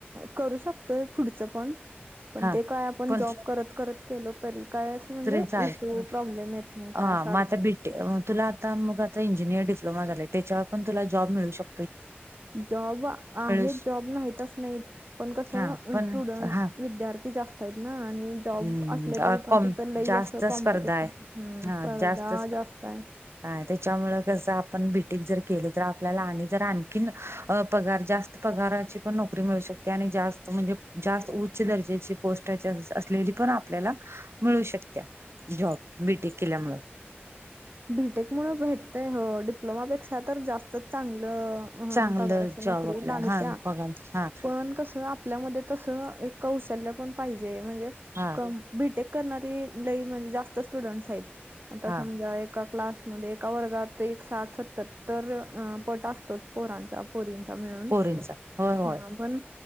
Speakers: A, on the right (about 60°); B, on the right (about 85°).
A: करू शकतोय पुढच पण पण
B: हा
A: ते काय आपण
B: पण
A: जॉब करत करत केलो तरी काय आसं म्हणजे
B: तरी चालत
A: इश्यू प्रॉब्लेम येत नाही
B: हा
A: काय आसं
B: मग
A: आडचणी
B: आता बीटे तुला आता मग आता इंजिनियर डिप्लोमा झालाय त्याच्यावर पण तुला जॉब मिळू शक
A: जॉब आहेत
B: श-
A: जॉब नाहीत आस नाहीत पण कसं
B: हा पण
A: स्टुडंट
B: हा
A: विद्यार्थी जास्त आहेत ना आणि जॉब
B: हम्म,
A: आसले
B: अ,
A: तरी पण
B: कॉम
A: तिथं लई
B: जास्त
A: आस कॉम्पिटिशन
B: स्पर्धा आहे
A: हम्म
B: हा
A: स्पर्धा
B: जास्त
A: जास्त काय?
B: हा तेच्यामुळ कसं आपण बी. टेक. जर केलं तर आपल्याला आणि जर आणखीन अ पगार जास्त त पगाराची पण नोकरी मिळू शकते आणि जास्त म्हणजे जास्त उच्च दर्जेची पोस्टाची आ सलेली पण आपल्याला मिळू शकत्या जॉब बी. टेक, केल्यामुळ.
A: बी. टेक, मूळ भेटतंय हो डिप्लोमापेक्षा तर जास्तच चांगलं हा
B: चांगलं
A: पगाराची नोकरी
B: जॉब आपल्या
A: लागत्या
B: हा पगार हा
A: पण कस आ आपल्यामध्ये तसं एक कौशल्य पण पाहिजे, म्हणजे
B: हा.
A: बी. टेक, करणारी लई म्हणजे जास्त स्टुडंट्स हाईत आता
B: हा
A: समजा ए का क्लासमध्ये एका वर्गात एक साठ सत्तर तर अ पट आसतोच, पोरांचा, पोरींचा मिळून,
B: पोरींचा होय होय
A: हा पण